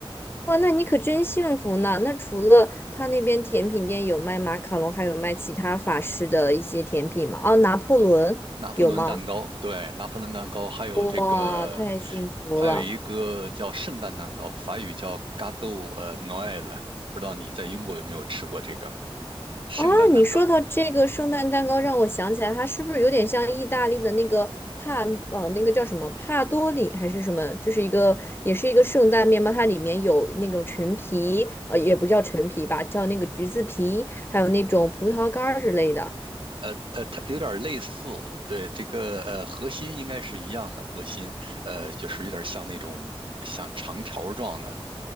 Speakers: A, on the left; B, on the right.
A: 哇，那你可真幸福呢！那除了他那边甜品店有卖马卡龙，还有卖其他法式的一些甜品吗？哦，拿破仑有吗？
B: 拿破仑蛋糕，对，拿破仑蛋糕，还有这个，
A: 哇，太幸福了
B: 还有一个叫圣诞蛋糕，法语叫 Gâteau 呃 Noël，不知道你在英国有没有吃过这个圣诞蛋糕？
A: 啊！你说到这个圣诞蛋糕，让我想起来，它是不是有点像意大利的那个帕呃那个叫什么帕多里还是什么？就是一个也是一个圣诞面包，它里面有那种陈皮，呃，也不叫陈皮吧，叫那个橘子皮，还有那种葡萄干儿之类的。
B: 呃呃，它有点类似，对，这个呃核心应该是一样的，核心呃就是有点像那种像长条状的，